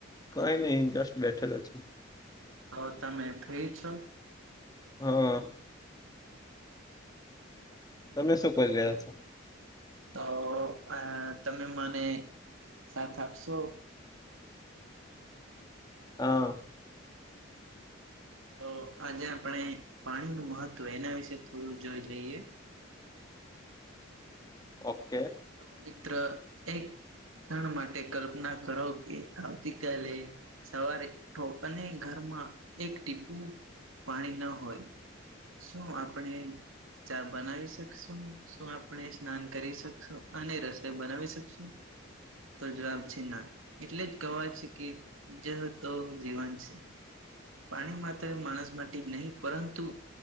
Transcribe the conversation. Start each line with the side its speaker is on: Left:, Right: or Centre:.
Left: કઈ નહ જસ્ટ બેઠેલ છે
Right: હ તમે ફ્રી છો
Left: હમ તમે શું કરી રહ્યા છો.
Right: તો આ તમે મને સાથ આપશો
Left: હા
Right: તો આજે આપણે પાણી નું મહત્વ એના વિશે થોડું જોઈ લઈએ.
Left: ઓકે
Right: તો મિત્ર એક ક્ષણ માટે કલ્પના કરો કે આવતી કલે સવારે ઉઠો અને ઘરમાં એક ટીપું પાણી ન હોય શું આપણે ચા બનાવી શકશું શું આપણે સ્નાન કરી શકશું અને રસોઈ બનાવી શકશું. તો જવાબ છે ના એટલે જ કવાય છે કે જે તો જીવન છે. પાણી માત્ર માણસ માટે નહીં પરંતુ